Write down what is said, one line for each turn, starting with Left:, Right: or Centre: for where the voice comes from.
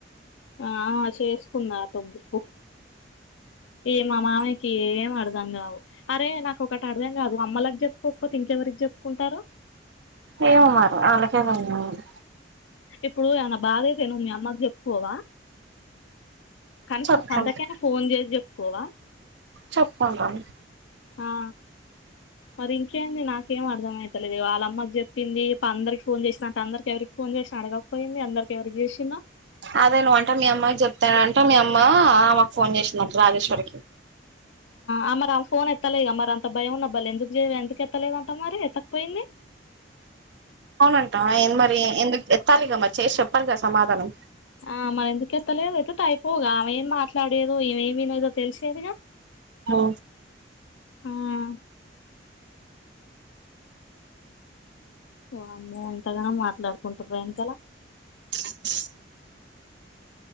Left: ఆ చేసుకుంది ఆటో బుక్కు ఏ మామయ్యకి ఏమర్ధం గావు అరే నాకొకటి అర్దం గాదు అమ్మాలకు జెప్పుకోకపోతే ఇంక ఎవరికి జెప్పుకుంటారు
Right: ఏమో మరి వాళ్ళకే దెలియాలి
Left: ఇప్పుడు ఏమన్నా భాదైతే నువ్వు మీ అమ్మకు జెప్పుకోవా కనీసం
Right: చెప్పుకుంట
Left: సంతకైనా ఫోన్ జేసి జెప్పుకోవా
Right: చెప్పుకుంటాను
Left: ఆ మరింకేంది నాక్ కేం అర్ధమయితలేదు వాళ్లమ్మక్ జేప్పింది పందరకి ఫోన్ జేసిన అందరికి ఎవరిక్ ఫోన్ చేసినా అడగకపోయింది అందరికి ఎవరికి జేషిన్నా
Right: అదే నువ్వు అంట మీ అమ్మాయికి జెప్తానంట మీ అమ్మ ఆమకు ఫోన్ జేసిందంట రాజేశ్వరికి
Left: ఆ మరి ఆ ఫోన్ ఎత్తలేగా మరి అంత భయం ఉన్నబలి ఎందుకు జెయ్యవే ఎందుకు ఎత్తలేదంటా మరి ఎత్తకపోయింది
Right: అవునంట మరి ఎందుకు ఎత్తాలిగా మరి చేసి చొప్పాలిగా సమాధానం
Left: ఆ మరి ఎందుకు ఎత్తలేవు ఎత్తితే అయిపోవుగా ఆమె ఏం మాట్లాడేదో ఈమే ఏమి వినేదో తెలిసేదిగా
Right: మొ
Left: ఆహ్ ఓమ్మో ఇంతగణం మాట్లాడుకుంటారు వెనకలా
Right: <inaudible>